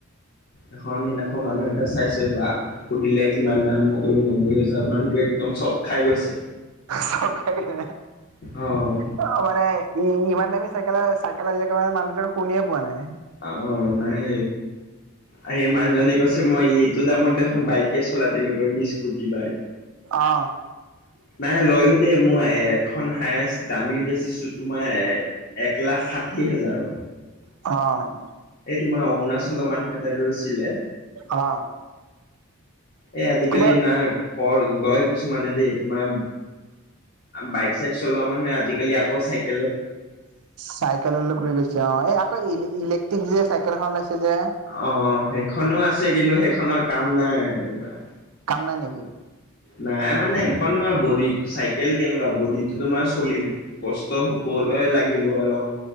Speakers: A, on the left (about 45°); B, on the right (about 80°).
A: এখন সদিনাখন মানুহ এটা চাইছে বা সুধিলে কিমান দাম মই কলো নব্বৈ হোজাৰ মান সি, একদম চক খাই গৈছে
B: চক খাই‌ গৈছে,
A: অ',
B: অ', মানে। ইমান দামী চাইকেল চাইকেল আজিলকে মানে মানুহতো শুনিয়ে পোৱা নাই।
A: অ, নাই, আহেই মানুহজনে কৈছে মই এইটো দামত দেখো বাইক চলাই থাকিব পাৰিম স্কুটি বাইক
B: অ
A: নাই লয়ও দে মোৰ এক এখন হায়েষ্ট দামী বেচিছোঁ তোমাৰ এক লাখ ষাঠি হোজাৰৰ
B: অ,
A: এই তোমাৰ অৰুণাচলৰ মানুহ এটাই ৰৈছিলে।
B: অ',
A: এ, আজিকালি
B: কিবা
A: না কৰ গয় কিছুমানে দেই তোমাৰ বাইক চাইক চলোৱা মানুহে আজিকালি আকৌ চাইেল
B: চাইকেললৈ ঘুৰি গৈছে অ এই আকৌ ইলেক্ট্ৰিক যে চাইকেল এখন ওলাইছে যে
A: অ, সেইখনো আছে। কিন্তু সেইখনৰ কাম নাই তোমাৰ
B: কাম নাই নেকি?
A: নাই মানে এখন তোমাৰ বডিত চাইকেল কেনেকুৱা বডিতো তোমাৰ চলিব কষ্ট হ'বলৈ লাগিব অলপ